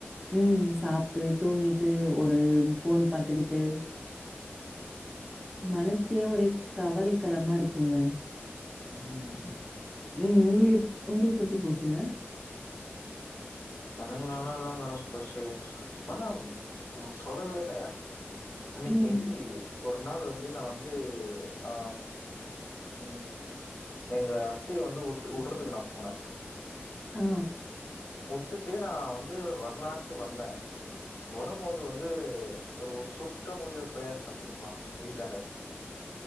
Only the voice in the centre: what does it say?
ம் சாப்ட்டு தூங்கிட்டு ஒரு ஃபோன் பாத்துக்கிட்டு மனசே ஒரே கவலைக் களமா இருக்குங்க
ம் உங்களு எப் உங்களுக்கு எப்டி போச்சுங்க
ம்
ஆ